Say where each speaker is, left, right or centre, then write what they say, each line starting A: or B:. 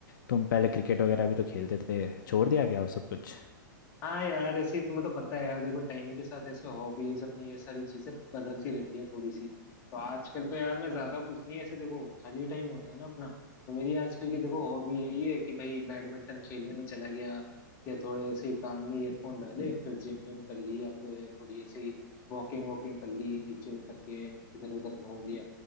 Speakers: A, on the left (about 70°); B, on the left (about 25°).
A: तुम पहले क्रिकेट वगैरह भी तो खेलते थे छोड़ दिया क्या अब सब कुछ
B: हाँ यार ऐसे ही तुम्हें तो पता है यार देखो टाइम के साथ ऐसे हॉबीज अपनी ये सारी चीजें बदलती रहती हैं थोड़ी सी तो आजकल तो यार मैं ज्यादा कुछ नहीं ऐसे देखो खाली टाइम होता है ना अपना तो मेरी आजकल की देखो हॉबी यही है कि भाई बैडमिंटन खेलने में चला गया या थोड़े ऐसे ही कान में ईयरफोन डाले फिर जिम विम कर ली या फिर थोड़ी ऐसे ही वॉकिंग वॉकिंग कर ली नीचे उतर के इधर उधर घूम लिया